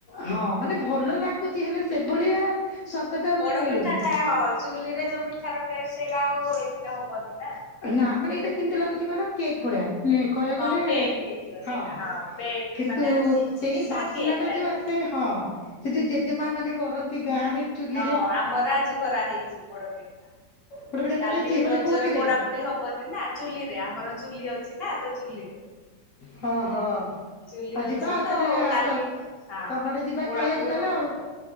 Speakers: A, on the left; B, on the left.
A: ହଁ ମାନେ ଭଲ ଲାଗୁଚି ହେଲେ ସେଭଳିଆ ସ୍ୱାଦ ଟା
B: ପୋଡ
A: ମାନେ ମିଳୁନି
B: ପିଠାଟା, ହଁ ଚୁଲିରେ ଯୋଉ ପିଠାର ଟେଷ୍ଟ ସେଇଟା ଆଉ ଏଥିରେ ହବନି ନା।
A: ନା ମାନେ ଏଇଟା କେମିତି ଲାଗୁଚି କହିଲ, କେକ୍ ଭଳିଆ। ହୁଁ କହିବାକୁ
B: ହଁ
A: ଗଲେ,
B: କେକ୍ ହେଇଯିବ ସେଇଟା
A: ହଁ
B: ବେକ୍
A: କିନ୍ତୁ
B: ମାନେ ସିଝିକି
A: ସେଇ
B: ସେଇଟା
A: ବାସ୍ନା
B: କେକ୍
A: ଟା
B: ଟାଇପ
A: ଯୋଉ ଆସେ
B: ର ହେଇଯିବ।
A: ହଁ ସେ ଯୋଉ ଜେଜେମା, ମାନେ କରନ୍ତି ଗାଁ ରେ ଚୁଲିରେ
B: ହଁ ଆମର, ଆଜି କରା ହେଇଚି ପୋଡ ପିଠା।
A: ପୋଡପିଠା
B: କାଲି
A: କରାହେଇଛି ମାନେ
B: ରଜରେ
A: କୋଉଥିରେ
B: ପୋଡାପୋଡି ହବନି ନା, ଚୁଲିରେ, ଆମର ଚୁଲି ଅଛି ନା, ତ ଚୁଲିରେ
A: ହଁ ହଁ
B: ଚୁଲି
A: ଆଉ
B: ଅଛି
A: ଯିବା ଆଉ
B: ତ
A: ତାହେଲେ
B: କାଲି,
A: ତ
B: ହଁ
A: ତମ ଆଡେ ଯିବା
B: ପୋଡା
A: ଖାଇବାକୁ
B: ପୋଡି
A: ତାହେଲେ
B: ହବନି।
A: ଆଉ